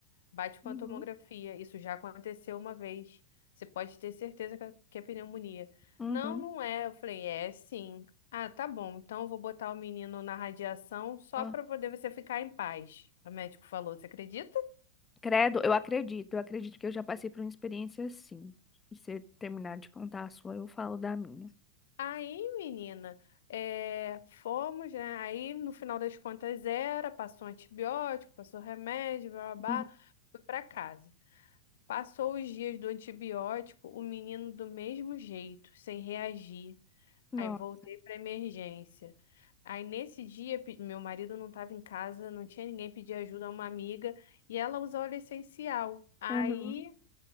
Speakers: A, on the left; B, on the left.
A: Bate com
B: Uhum.
A: a tomografia. Isso já aconteceu uma vez. Você pode ter certeza que é que é pneumonia.
B: Uhum.
A: Não, não é. Eu falei, é sim. Ah, tá bom. Então eu vou botar o menino na radiação só
B: Ah.
A: para poder você ficar em paz. O médico falou, você acredita?
B: Credo, eu acredito, eu acredito que eu já passei por uma experiência assim. E Se você terminar de contar a sua, eu falo da minha.
A: Aí, menina, é, fomos, né? Aí, no final das contas, era, passou antibiótico, passou remédio, blá, blá,
B: Uhum.
A: blá, fui pra casa. Passou os dias do antibiótico, o menino do mesmo jeito, sem reagir.
B: Nossa.
A: Aí voltei pra emergência. Aí nesse dia, pe- meu marido não estava em casa, não tinha ninguém pedir ajuda a uma amiga, e ela usou óleo essencial. Aí
B: Uhum.